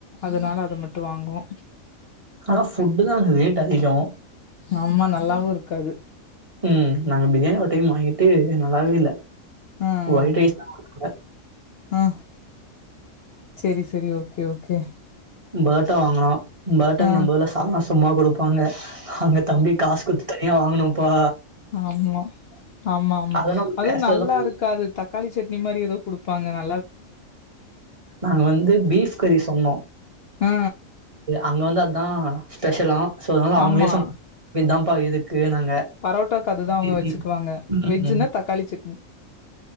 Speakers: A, on the left; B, on the right.
A: அதுனால அது மட் ட்டு வாங்குவோ
B: கனா ஃபுட்டு் தா அங்க ரேட் ட் அதிகோ
A: ஆமா நல்லாவு இருக்காது
B: ம் நாங்க பிரியாணி ஒரு டைம் வாங்கிட்டு நல்லாவே இல்ல
A: ஆ ஆ
B: ஒயிட் ரைஸ் தான் குடுத்தாங்க.
A: ஆ ஆ சேரி சேரி ஓகே ஓகே
B: பரோட்டா வாங்கனோ பரோட்டாக்கு
A: ஆ
B: நம்ம ஊர்ல சால்னா சும்மா குடுப்பாங்க அங்க தம்பி காசு குடுத்து தனியா வாங்கணு ப்பா
A: நார்மலா ஆமா ஆமா
B: அத நம்ம
A: அதுவும்
B: பேசதான்
A: நல்லா இருக்காது தக்காளி சட்னி மாரி ஏதோ குடுப் ப்பாங்கனா
B: நாங்க வந்து பீப் கறி சொன்னோம்
A: ஆ
B: அங்க வந்து அதான் ஸ்பெஷலாம் சோ அதனால அவுங்களே
A: ஆமா
B: சொ விதம் இப்ப எதுக் நாங்க
A: பரோட்டாக்கு அதுதா
B: <unintelligible>
A: அவங்க வச்சுக்குவாங்க வெஜ்ஜுன்னா தக்காளி சட்னி